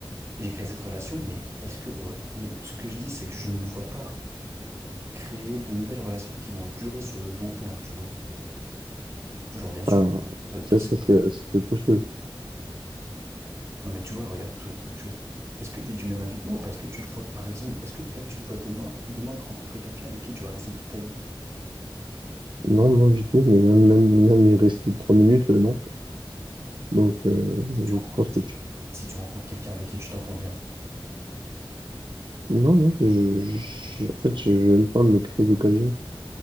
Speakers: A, on the right (about 30°); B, on the right (about 60°).
A: j'ai créé cette relation, mais est-ce que... oh, Mais ce que je dis, c'est que je ne me vois pas créer de nouvelles relations qui vont durer sur le long terme, tu vois. Genre, bien sûr,
B: Ah,
A: toi, toi,
B: ça,
A: c'est
B: ça,
A: pas-
B: c'est c'est autre chose.
A: Non, mais tu vois, regarde, toi, tu- est-ce que tu es du même avis que moi ou pas? Est-ce que tu te vois, par exemple, est-ce que là, tu te vois demain, demain rencontrer quelqu'un avec qui tu vas rester toute ta vie?
B: Non, non, du tout, mais même, même, même y rester trois minutes, euh, non. Donc, euh,
A: Mais si tu
B: je
A: rencontres,
B: pense
A: si
B: que tu.
A: si tu rencontres quelqu'un avec qui tu t'entends bien,
B: Non, non, je, je- en fait, je n'aime pas me créer d'occasion